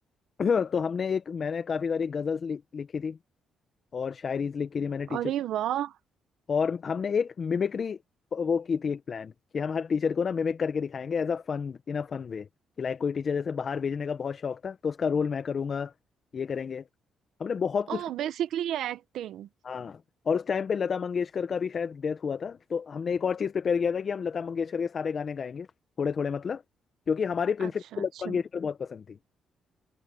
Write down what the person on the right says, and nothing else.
अरे वाह
ओ
बेसिकली एक्टिंग
अच्छा
अच्छा